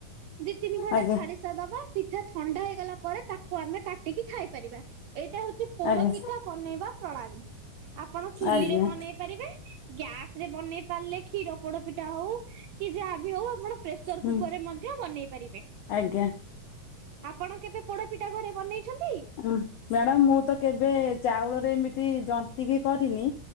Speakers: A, on the right; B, on the left.
A: ଦି ତିନି ଘଣ୍ଟା
B: ଆଜ୍ଞା
A: ଛାଡି ସା ଦବା ପିଠା ଥଣ୍ଡା ହେଇଗଲା ପରେ ତାକୁ ଆମ୍ ଆମେ କାଟିକି ଖାଇପାରିବା ଏଇଟା ହଉଚି ପୋଡ
B: ଆଜ୍ଞା
A: ପିଠା ବନେଇବା ପ୍ରଣାଳୀ ଆପଣ ଚୁଲି
B: ଆଜ୍ଞା
A: ରେ ବନେଇ ପାରିବେ ଗ୍ୟାସ ରେ ବନେଇ ପାରିଲେ କ୍ଷୀର ପୋଡ ପିଠା ହଉ କି ଯାହା ବି ହଉ ଆପଣ ପ୍ରେସର
B: ହୁଁ
A: କୁକରରେ ମଧ୍ୟ ବନେଇ ପାରିବେ।
B: ଆଜ୍ଞା।
A: ଆପଣ କେବେ ପୋଡପିଠା ଘରେ ବନେଇଛନ୍ତି?
B: ଉଁ ମ୍ୟାଡ଼ାମ ମୁଁ ତ କେବେ ଚାଉଳରେ ଏମିତି ଜନ୍ତି କିି କରିନି।